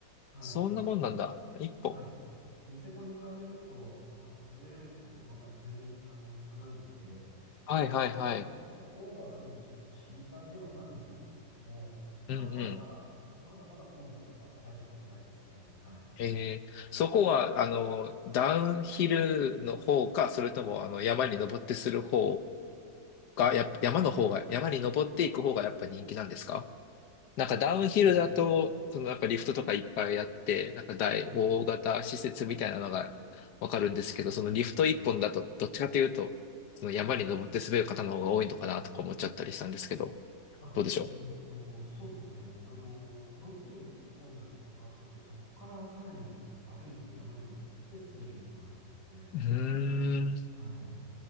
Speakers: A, on the left; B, on the left.
A: はい、
B: そんなもんなんだ。
A: あの、
B: 一本。
A: はい。ニセコに比べると、あの、滑れるとこってまだ全然、あの、少ないんで、
B: はいはいはい。
A: でオーバーするのちょっと心配ではあるんですけれども、まあ、
B: うんうん。
A: まだまだ、まだまだ混雑は大したことないですね。はい。
B: へえ、そこは、あの、ダウンヒルの方か、それとも、あの、山に登ってする方
A: はい。
B: が、やっぱ、山の方が、山に登っていく方がやっぱ人気なんですかなんかダウンヒルだと、
A: あ、やっ
B: そのやっぱリフトとかいっぱいあって、なんか大、
A: ぱりはい。
B: 大型施設みたいなのがわかるんですけど、
A: ええ
B: そのリフト一本だと、どっちかというと、その山に登って滑る方の方が多いのかなとか思っちゃったりしたんですけど、
A: はい。あ、
B: どうでしょう
A: えっと、そうですね。あの、ロープウェイ一本だけかかってて、そっからさらに歩いて山に登って滑りに行く感じですね。
B: うーん。
A: はい。